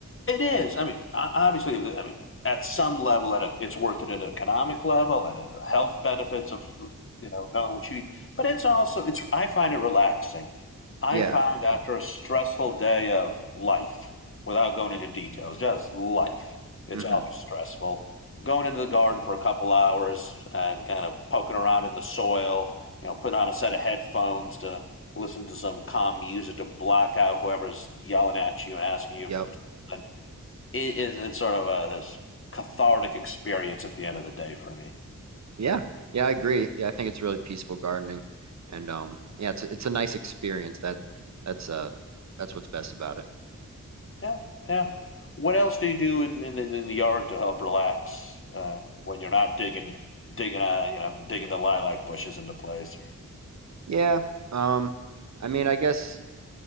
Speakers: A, on the left; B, on the right.
A: It is. I mean, obviously, I mean, at some level, at a, it's worth it at an economic level, at a health benefits of you know knowing what you. eat. But it's also it's. I find it relaxing. I
B: Yeah.
A: find after a stressful day of life, without going into details, just life. It's
B: hmm
A: always stressful. Going into the garden for a couple hours and kind of poking around in the soil. You know, put on a set of headphones to listen to some calm music to block out whoever's yelling at you and asking you.
B: Yep.
A: and it is it's sort of a, this cathartic experience at the end of the day for me.
B: Yeah, yeah, I agree. Yeah, I think it's really peaceful gardening, and um, yeah, it's a, it's a nice experience. That that's uh that's what's best about it.
A: Yeah, yeah. What else do you do in in, in the yard to help relax uh, when you're not digging digging uh, you know digging the lilac bushes into place or
B: Yeah. Um, I mean, I guess